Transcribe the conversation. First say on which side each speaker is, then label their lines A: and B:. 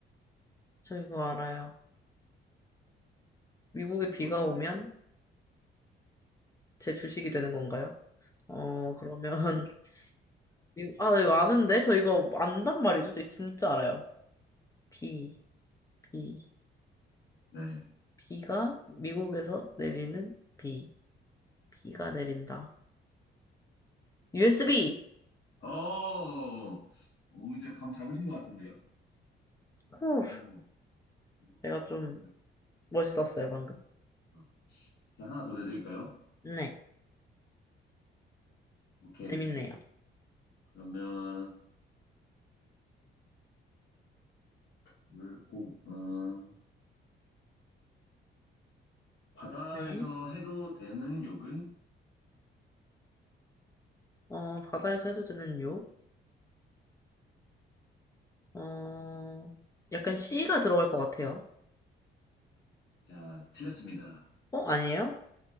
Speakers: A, on the left; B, on the left.
A: 저 이거 알아요. 미국에
B: 이거는,
A: 비가 오면 제 주식이 되는 건가요? 어, 그러면, <laughs> 이거- 아, 이거 아는데? 저 이거 안단 말이죠? 저 진짜 알아요. 비, 비,
B: 네.
A: 비가 미국에서 내리는 비, 비가 내린다. USB!
B: 어, 오, 이제 감 잡으신 것 같은데요?
A: 후,
B: 오, 오,
A: 내가 좀
B: 예스.
A: 멋있었어요, 방금.
B: 어, 그냥 하나 더 내드릴까요?
A: 네,
B: 오케이.
A: 재밌네요.
B: 그러면, 물고, 음, 바다에서
A: 네.
B: 해도 되는 욕은?
A: 어, 바다에서 해도 되는 욕? 어, 약간 C가 들어갈 것 같아요.
B: 자, 틀렸습니다.
A: 어, 아니에요?